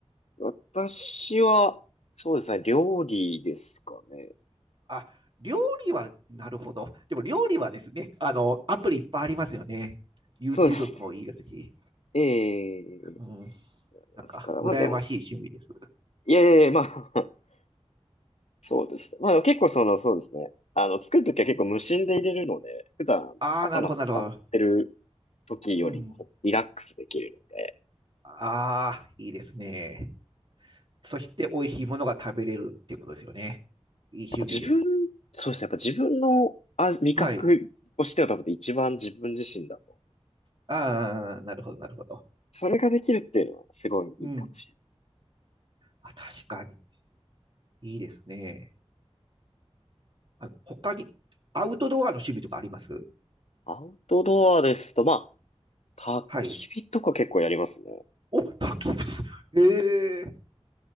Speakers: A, on the left; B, on the right.
A: 私は、そうですね、料理ですかね。
B: あ、料理は、なるほど。でも料理はですね、あの、アプリいっぱいありますよね。YouTube
A: そうですね。
B: もいいですし、
A: ええ
B: うん、なんか、
A: ですから、
B: 羨ましい趣味です。
A: まあでも、いやいやいや、まあ、<laughs> そうですね。まあでも結構その、そうですね。あの、作るときは結構無心で入れるので、普段頭使ってる時よりもリラックスできるので、
B: ああ、なるほど、なるほど。うん、ああ、いいですね。そして美味しいものが食べれるっていうことですよね。いい趣味です。
A: やっぱ自分、そうですね、やっぱ自分の味味覚をしては多分一番自分自身だと。
B: はい。ああ、なるほど、なるほど。
A: それができるっていうのはすごいいいかもしれ
B: うん。あ、確かに。いいですね。あ他に、アウトドアの趣味とかあります
A: ない。アウトドアですと、まあ、焚き火とか結構やりますね。
B: はい。お、焚き火。ええー、